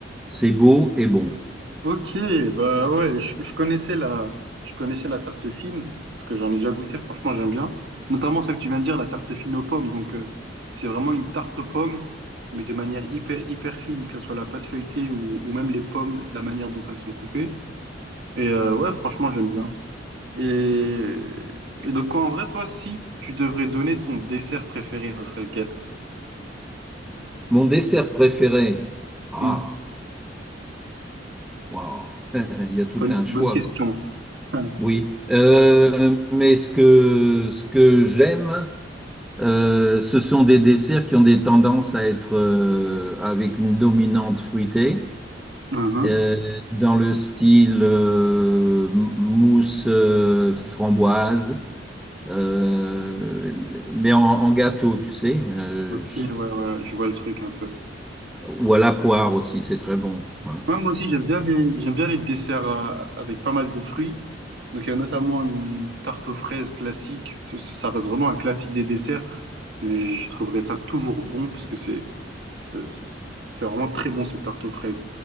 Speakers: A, in the centre; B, on the right (about 65°).
A: c'est beau et bon.
B: Ok, bah ouais, je, je connaissais la, je connaissais la tarte fine, parce que j'en ai déjà goûté, franchement j'aime bien. Notamment celle que tu viens de dire, la tarte fine aux pommes. Donc euh, c'est vraiment une tarte aux pommes, mais de manière hyper, hyper fine, que ce soit la pâte feuilletée ou, ou même les pommes, de la manière dont elles sont coupées. Et euh, ouais, franchement j'aime bien. Et, et donc en vrai, toi, si tu devrais donner ton dessert préféré, ça serait lequel?
A: Mon dessert préféré. Ah,
B: Hum,
A: waouh, <laughs> il y a tout
B: Bonne,
A: un
B: bonne
A: choix.
B: question. <laughs>
A: Oui, Euh, mais ce que ce que j'aime, euh, ce sont des desserts qui ont des tendances à être euh, avec une dominante fruitée.
B: Hum, hum,
A: Euh, dans le style euh, m- mousse euh, framboise, euh, mais en, en gâteau, tu sais, euh,
B: Ok,
A: je-
B: ouais, ouais, je vois le truc un peu.
A: ou à la poire aussi, c'est très bon. hein.
B: Ouais, moi aussi, j'aime bien les, j'aime bien les desserts euh, avec pas mal de fruits. Donc, il y a notamment une tarte aux fraises classique. Ça, ça- ça reste vraiment un classique des desserts, mais je trouverais ça toujours bon parce que c'est, c'est c'est- c'est vraiment très bon, cette tarte aux fraises.